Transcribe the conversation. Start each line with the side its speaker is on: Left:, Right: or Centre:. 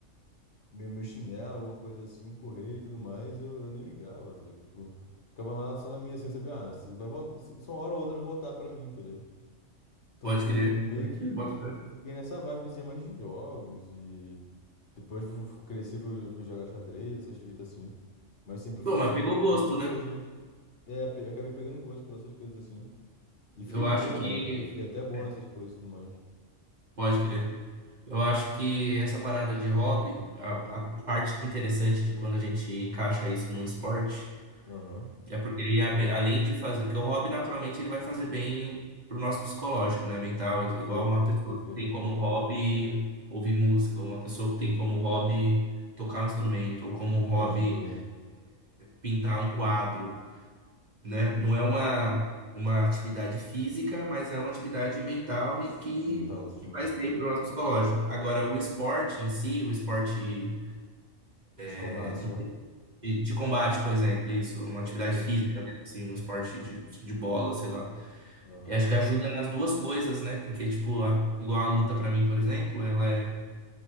Left: meu, meu chinelo, alguma coisa assim, correr e tudo mais, eu, eu nem ligava, tá ligado? Tipo, ficava lá só na minha, assim, sabia? Ah, isso, vai, vol- isso, isso uma hora ou outra vai voltar pra mim, tá ligado? Então,
Right: Pode
Left: tipo,
Right: crer.
Left: meio
Right: Pode
Left: que
Right: crer. Bota fé.
Left: fiquei nessa vibezinha mais de jogos e depois fui, fui- cresci, fui, fui jogar xadrez, essas fitas assim. Mas sempre fui,
Right: Bom, mas pegou gosto,
Left: sempre fui gordinho.
Right: né?
Left: É, pe- acabei pegando gosto por essas coisas assim. E fiquei
Right: Eu
Left: bom,
Right: acho que.
Left: né? E fiquei até bom
Right: é,
Left: nessas coisas e tudo mais.
Right: Pode crer. Eu acho que essa parada de hobby, a, a parte interessante de quando a gente encaixa isso num esporte,
Left: Aham.
Right: é porque ele abre- além de fazer, porque o hobby naturalmente ele vai fazer bem pro nosso psicológico, né, mental, igual
Left: Perfeito,
Right: uma pessoa
Left: perfeito.
Right: que tem como hobby ouvir música, uma pessoa que tem como hobby tocar um instrumento, ou como hobby
Left: Pode crer.
Right: pintar um quadro né? Não é uma, uma atividade física, mas é uma atividade mental e que,
Left: Mental, sim.
Right: que faz bem para o nosso psicológico. Agora, o esporte em si, o esporte
Left: De combate,
Right: é, não
Left: né?
Right: sei, de, de combate, por exemplo, isso, uma
Left: Pode
Right: atividade
Left: crer.
Right: física, né? Assim, um esporte de, de bola, sei lá.
Left: Aham.
Right: Eu acho que ajuda nas duas coisas, né? Porque, tipo, a- igual a luta para mim, por exemplo, ela é,